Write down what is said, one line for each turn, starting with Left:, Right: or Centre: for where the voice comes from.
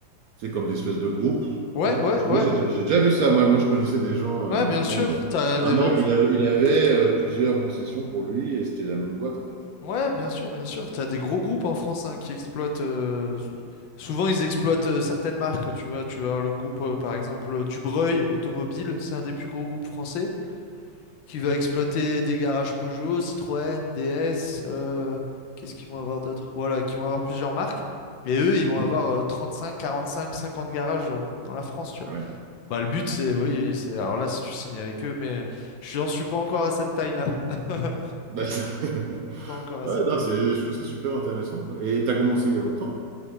Right: C'est comme des espèces de groupes,
Left: Ouais,
Right: non?
Left: ouais,
Right: Parce que
Left: ouais.
Right: moi, j'ai déjà j'ai déjà vu ça. Moi, moi, je connaissais des gens,
Left: Ouais,
Right: euh, il y a
Left: bien
Right: longtemps,
Left: sûr.
Right: mais
Left: T'as
Right: un
Left: des-
Right: mec,
Left: en-
Right: il avait, il avait euh, plusieurs concessions pour lui et c'était la même boîte, en fait.
Left: Ouais, bien sûr, bien sûr. T'as des gros groupes en France hein, qui exploitent. euh, sou- souvent, ils exploitent euh, certaines marques. Tu vois, tu vas avoir le groupe, euh, par exemple, euh, Dubreuil Automobile. C'est un des plus gros groupes français qui va exploiter des garages Peugeot, Citroën, DS. euh, qu'est-ce qu'ils vont avoir d'autre? Voilà, qui vont avoir plusieurs marques. Et eux, ils
Right: Mmh
Left: vont avoir
Right: mh.
Left: euh, trente-cinq, quarante-cinq, cinquante garages euh, dans la France. Tu vois.
Right: Ouais.
Left: Bah, le but, c'est, oui, c'est. Alors là, si tu signes avec eux, mais je n'en suis pas encore à cette taille-là. <laughs>
Right: Bah, c'est <laughs>
Left: Pas encore à
Right: ouais,
Left: cette
Right: non, c'est je trouve ça super intéressant, quoi et tu as commencé il y a longtemps?